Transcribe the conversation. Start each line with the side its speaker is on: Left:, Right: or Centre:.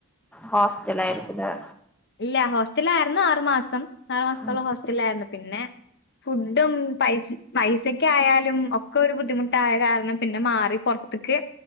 Centre: ഹോസ്റ്റലാരിക്കും അല്ലേ
Left: ഇല്ല ഹോസ്റ്റലാരുന്നു ആറു മാസം ആറ് മാസത്തോളം
Centre: ഉം
Left: ഹോസ്റ്റലായിരുന്നു പിന്നെ ഫുഡും പൈസ പൈസക്ക ആയാലും ഒക്കെ ഒരു ബുദ്ധിമുട്ടായ കാരണം പിന്നെ മാറി പുറത്തേക്ക്